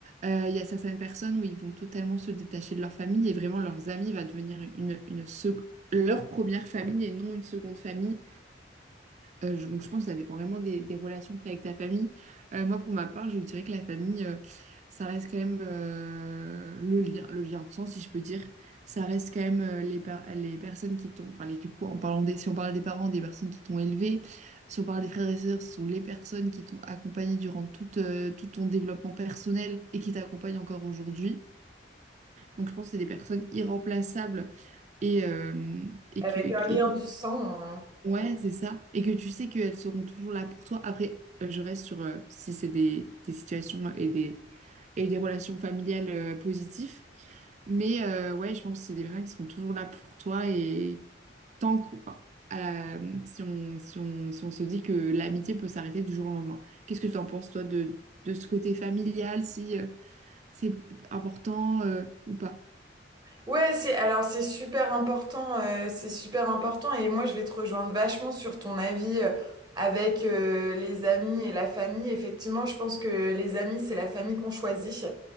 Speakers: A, on the right (about 40°); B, on the right (about 25°).
A: Euh, Il y a certaines personnes où ils vont totalement se détacher de leur famille et vraiment leurs amis va devenir une, une sec- leur première famille et non une seconde famille. Euh, je, donc je pense que ça dépend vraiment des, des relations que tu as avec ta famille. Euh, moi, pour ma part, je dirais que la famille, euh, ça reste quand même euh, le lien, le lien de sang, si je peux dire. Ça reste quand même euh, les, par- les personnes qui t'ont... Enfin, les- du coup, en parlant des, si on parle des parents, des personnes qui t'ont élevé. Si on parle des frères et sœurs, ce sont les personnes qui t'ont accompagné durant toute, euh, tout ton développement personnel et qui t'accompagnent encore aujourd'hui. Donc, je pense que c'est des personnes irremplaçables et, euh, et
B: avec
A: que, et,
B: un
A: que-
B: lien du sang, hein,
A: Ouais, c'est ça. Et que tu sais qu'elles seront toujours là pour toi. Après, euh, je reste sur euh, si c'est des, des situations et des, et des relations familiales euh, positives. Mais euh, ouais, je pense que c'est des personnes qui seront toujours là pour toi. Et tant que, enfin, à la- si on, si on, si on se dit que l'amitié peut s'arrêter du jour au lendemain. Qu'est-ce que tu en penses, toi, de, de ce côté familial, si euh, c'est important euh, ou pas?
B: Ouais, c'est alors c'est super important, euh, c'est super important et moi je vais te rejoindre vachement sur ton avis euh, avec euh, les amis et la famille. Effectivement, je pense que les amis c'est la famille qu'on choisit.